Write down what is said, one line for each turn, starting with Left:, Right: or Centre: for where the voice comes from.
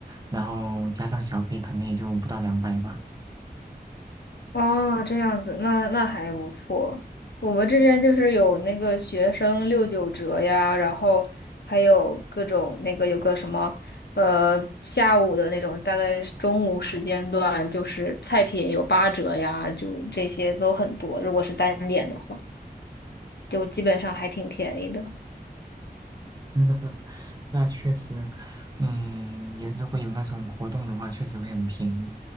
Right: 然后加上小费，可能也就不到两百吧。
Left: 哦，这样子，那那还不错。我们这边就是有那个学生六九折呀，然后还有各种那个有个什么呃下午的那种，大概是中午时间段，就是菜品有八折呀，就这些都很多。如果是单点的话，就基本上还挺便宜的。
Right: 嗯，<laughs> 那确实，嗯，有如果有那种活动的话，确实会很便宜，